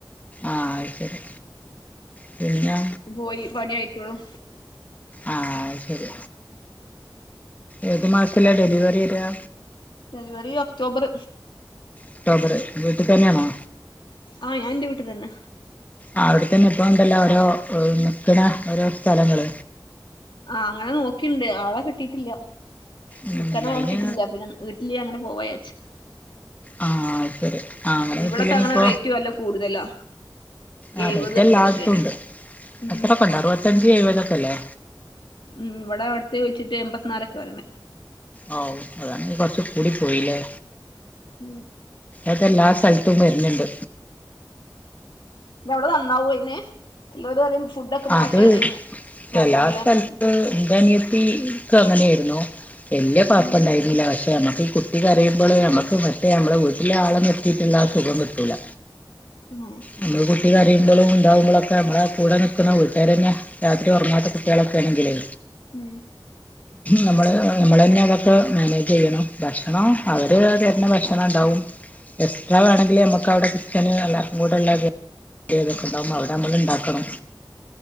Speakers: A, on the left; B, on the left.
A: ആഹ അയിശേരി പിന്ന
B: പോയി പണിയായിട്ടൊള്ളു
A: ആ ശരി ഏത് മാസത്തിലാ ഡെലിവറി വെരാ
B: ഡെലിവറി ഒക്ടോബർ
A: ഒക്ടോബർ വീട്ടിൽ തന്നെയാണോ
B: ആഹ ഞാൻ ഇന്റെ വീട്ടിൽ തന്നെ
A: അവിടെത്തന്നെ ഇപ്പോൾ ഉണ്ടല്ലോ ഓരോ നിൽക്ക്‌ണ ഓരോ സ്ഥലങ്ങള്ൾ
B: ആ അങ്ങനെ നോക്കിണ്ട് ആളെ കിട്ടിയിട്ടില്ല
A: ഉം
B: നിക്കാൻ ആളെ
A: അയിന്
B: കിട്ടീട്ടില്ല പിന്നെ വീട്ടില് അങ്ങനെ പോവാച്ച്
A: ആഹ ശരി ആഹ അങ്ങനെ
B: ഇവിടൊക്കെ
A: കിട്ടല്ലെനി
B: അങ്ങനെ
A: ഇപ്പൊ
B: റേറ്റ് വല്ല കൂടുതലാ
A: ആ
B: എഴുപത്
A: പെറ്റ
B: എൺപതൊക്കെയാണ്
A: എല്ലാടത്തും ഉണ്ട്
B: ഉം
A: അത്രൊക്കെ ഉണ്ട് അറുപത്തഞ്ച് എഴപതൊക്ക അല്ലേ
B: ഉം ഇവിടെ അവിടത്തേ ചോയിച്ചിട്ട് എൺമ്പത്തിനാലൊക്കെ പറയ്ണെ
A: ഓ അതാണെങ്കി കൊറച്ചു കൂടി പോയില്ലേ
B: ഉ
A: അത് എല്ലാ സ്ഥലത്തും വരുന്നുണ്ട്
B: ഞ അവിടെ നന്നാവൊ അയിന് ചെലോര് പറയും ഫുഡൊക്കെ മോശാണ്
A: അത് ചെല
B: നന്നാവൂലന്നൊക്കെ
A: സ്ഥലത്ത്
B: പറഞ്ഞു
A: എന്താണ് ഇന്ക് അങ്ങനെയായിരുന്നു വല്യ കുഴപ്പുണ്ടായിരുന്നില്ല
B: ഉം
A: പക്ഷെ പെ നമ്മക്ക് ഈ കുട്ടി കരയുമ്പോൾ നമ്മുക്ക് മറ്റേ നമ്മളെ വീട്ടിലെ ആളെ നിത്തിയിട്ടുള്ള ആ സുഖം കിട്ടൂല
B: ആഹ
A: നമ്മൾ കുട്ടി കരയുമ്പോഴും ഉണ്ടകുമ്പോളൊക്കെ നമ്മള കൂടെ നിക്ക ുന്ന വീട്ടേർ തന്നെ രാത്രി ഉറങ്ങാത്ത കുട്ടികളൊക്കെ ആണെങ്കിലേ
B: ഉം
A: നമ്മള് നമ്മൾ തന്നെ അതൊക്കെ മാനേജ് ചെയ്യണം ഭക്ഷണം അവര് തര്ന്ന ഭക്ഷണം ഉണ്ടാവും എക്സ്ട്രാേ വേണെങ്കിൽ നമുക്ക് അവിടെ കിച്ചണ് എല്ലാവർും കൂടെള്ള തൊക്കെ ഉണ്ടാകുമ്പോ അവിടെ നമ്മള് ഉണ്ടാക്കണം